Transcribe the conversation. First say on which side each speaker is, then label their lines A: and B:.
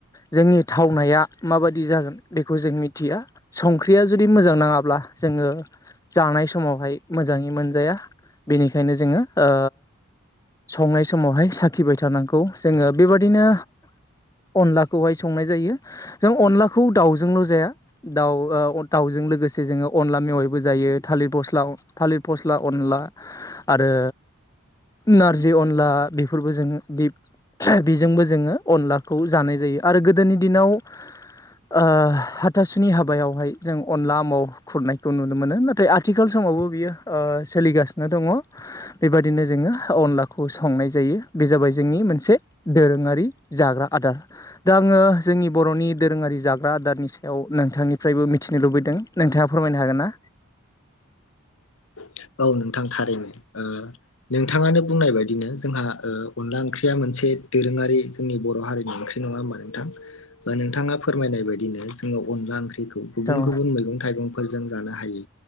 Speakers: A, on the left (about 15°); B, on the left (about 70°).
A: जोंनि थावनाया माबादि जागोन बेखौ जों मिथिया संख्रिया जुदि मोजां नाङा ब्ला जोङो जानाय समावहाय मोजाङै मोनजाया बेनिखायनो जोङो ओ संनाय समावहाय साखिबाय थानांगौ। जोङो बेबादिनो अनला खौहाय संनाय जायो। जों अनलाखौ दाउजोंल' जाया दाउ ओ दाउजों लोगोसे जोङो अनला मेवायबो जायो। थालिर फस्ला थालिर फस्ला अनला आरो नारजि अनला बेफोरबो जोंङो बिब बिजोंबो जोङो अनलाखौ जानाय जायो। आरो गोदोनि दिनाव ओ हाथासुनि हाबायावहाय जों अनला म खुरनायखौ नुनो मोनो नाथाय आथिखाल सम फावबो बियो ओ सोलिगासिनो दङ ।
B: <inaudible>
A: बेबायदिनो जोङो अनलाखौ संनाय जायो बे जाबाय जोंनि मोनसे दोरोङारि जाग्रा । आदार । दा आङो जोंनि बर'नि दोरोङारि जाग्रा आदारनि सायाव नोंथांनिफ्रायबो मिथिनो लुबैदों नोंथाङा फोरमा फैनो हागोन ना?
B: <inaudible> औ नोंथां थारैनो ओ नोंथाङानो बुंनाय बायदिनो जोंहा ओ अनला ओंख्रिया मोनसे दोरोङारि जोंनि बर' हारिनि ओंख्रि नङा होमबा नोंथां? नोंथाङा फोरमायनाय बायदिनो जोङो अनला ओंख्रि गुब
A: औ
B: - गुबुन मैं थाइगंफोरजों जानो हायो